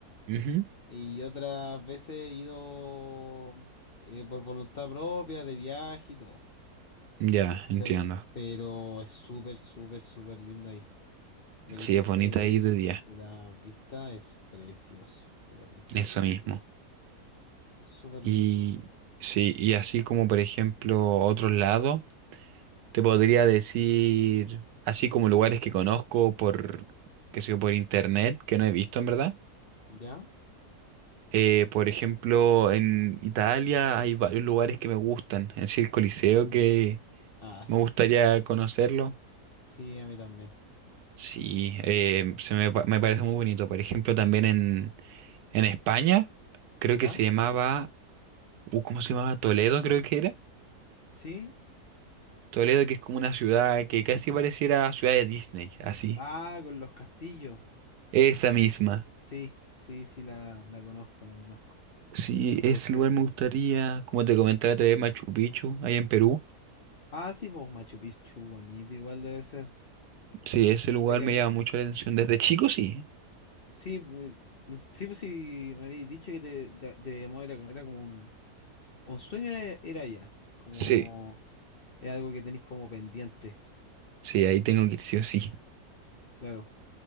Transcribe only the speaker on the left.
Y otras veces he ido eh, por voluntad propia, de viaje y todo,
¿cachai? Pero es súper, súper, súper lindo ahí. Lo que
tú
decías
ahí de,
de-
de la vista es precioso, pero precioso,
precioso.
Es súper
lindo.
¿Ya?
Ah, sí.
Sí, a mí también.
¿Ya?
¿Sí?
Ah, con los castillos.
Sí, sí, sí, la, la conozco, la conozco.
Precioso.
Ah, sí, pues Machu Picchu, bonito, igual debe ser.
Oye, que
a
mí-
Sí, pues, sí, pues sí, me habéis dicho que te, te- te llamó, era, era como un, un sueño, era, era ya, como
es algo que tenéis como pendiente,
claro.